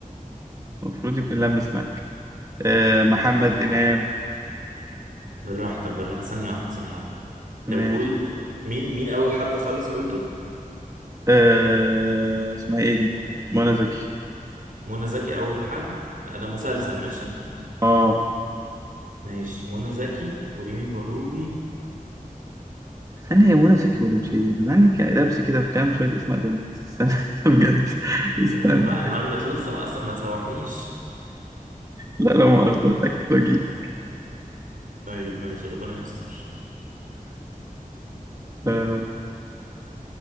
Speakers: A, on the right; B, on the right.
A: المفروض يكون لمس معاك آه محمد
B: بالراحة
A: امام
B: بالراحة طب بالراحة ثانية واحدة ثانية واحدة
A: ماشي
B: انت بتقول مين مين اول حد خالص قلته
A: آه اسمها ايه دي منى زكي
B: منى زكي اول حد لا ده مسلسل ماشي
A: اه
B: ماشي منى زكي وريمي البارودي
A: استنى هي منى زكي ولا مش هي انا عندي ك- لبس كده في كام شويه اسماء بنات استنى <laughs> بجد استنى
B: يا عم بقى
A: كده
B: ما انا متلصم اصلا ما تسوحنيش
A: لا لا مؤاخذه اتاكد واجيلك
B: طيب ماشي ربنا يستر
A: آه